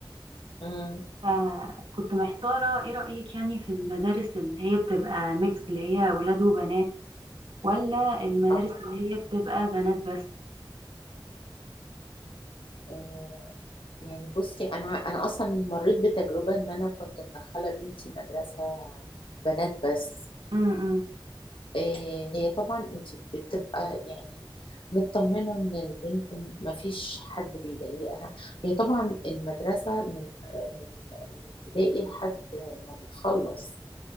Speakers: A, on the left; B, on the right.
A: امم
B: فكنت محتارة ايه رأيك يعني في المدارس اللي هي بتبقى ميكس اللي هي ولاد وبنات ولا المدارس
A: اه
B: اللي هي بتبقى بنات بس
A: آه، يعني بصي أنا أنا أصلا مريت بتجربة إن أنا كنت مدخلة بنتي مدرسة بنات بس
B: امم
A: آه، هي طبعا أنت بتبقى يعني مطمنة إن البنت مفيش حد بيضايقها هي طبعا المدرسة من من من ابتدائي لحد ما بتخلص